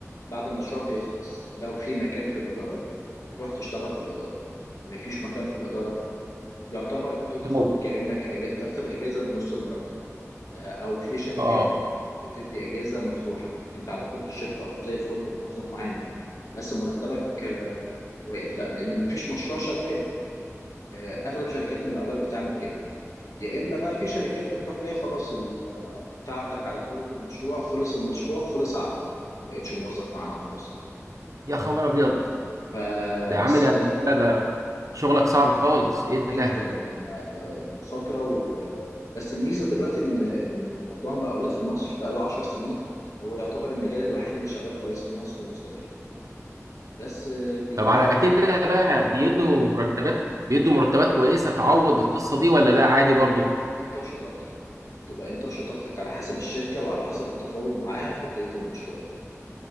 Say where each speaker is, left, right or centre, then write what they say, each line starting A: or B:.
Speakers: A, on the left (about 80°); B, on the right (about 80°).
A: بعد المشروع بيخلص لو في مكان في الإدارة بتروح تشتغل في الإدارة مفيش مكان في الإدارة يعتبر بتدخل
B: تموت
A: كأنك أج... تاخد أجازة بنص المرتب آه، أو في شركات
B: اه
A: بتدي أجازة مفتوحة أنت على قوة الشركة أو زي الفل وموظف معانا بس مرتبك آه، واقف لا لأن مفيش مشروع شغال آه، أغلب شركات المقاولات بتعمل كده يا إما بقى في شركات بتروح جاية خلاص ال... آه، أنت عقدك على قوة المشروع خلص المشروع خلص عقدك ما بقتش موظف معانا خلاص
B: يا خبر ابيض
A: فبس
B: ده يا عم ده ده ده شغلك صعب خالص ايه ده
A: جدا ما- مخاطره و... بس الميزه دلوقتي ان ان موضوع المقاولات في مصر بقى له 10 سنين هو يعتبر المجال الوحيد اللي شغال كويس في مصر ومستمر بس بيجي
B: طب على
A: لك وقت
B: كده بقى بيدوا مرتبات بيدوا مرتبات كويسه تعوض القصه دي ولا لا عادي برضو
A: انت وشطارتك بتبقى انت وشطارتك على حسب الشركه وعلى حسب التفاوض معاها في بدايه المشروع